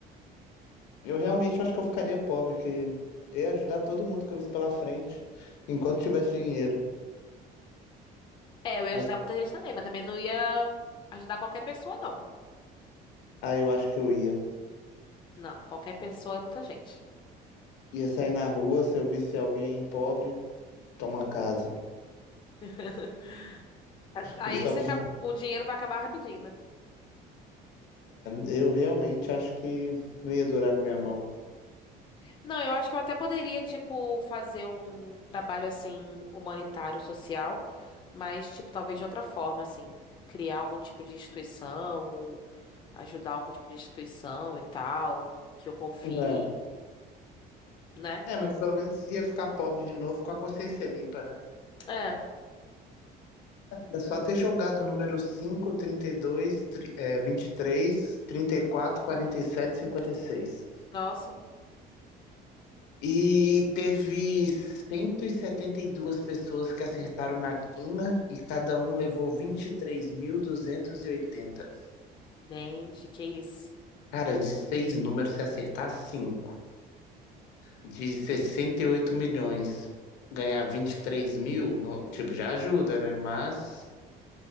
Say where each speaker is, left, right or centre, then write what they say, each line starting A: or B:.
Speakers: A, on the left; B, on the left.
A: Eu realmente acho que eu ficaria pobre, que eu ia ajudar todo mundo que eu visse pela frente, enquanto tivesse dinheiro.
B: É, eu ia
A: Mas
B: ajudar muita gente também, mas também não ia ajudar qualquer pessoa, não.
A: aí eu acho que eu ia.
B: Não, qualquer pessoa é muita gente.
A: Ia sair na rua, se eu visse alguém pobre, toma casa.
B: <laughs> A- Aí
A: <laughs> Visse
B: você
A: alguém.
B: acaba- o dinheiro vai acabar rapidinho, né?
A: Eu realmente acho que não ia durar na minha mão.
B: Não, eu acho que eu até poderia, tipo, fazer um trabalho assim, humanitário, social, mas, tipo, talvez de outra forma, assim, criar algum tipo de instituição, ou ajudar algum tipo de instituição e tal, que eu confie,
A: É.
B: né?
A: É, mas pelo menos ia ficar pobre de novo com a consciência limpa, né?
B: É,
A: É só ter jogado o número cinco, trinta e 32, tri- é, vinte e três, trinta e quatro, quarenta e sete, cinquenta e seis.
B: nossa,
A: E teve cento e e setenta e duas pessoas que acertaram na quina e cada um levou vinte e e três mil duzentos e oitenta.
B: gente, que isso?
A: Cara, de seis números, se acertar cinco, de 68 milhões, ganhar 23 mil, no- tipo, já ajuda, né? Mas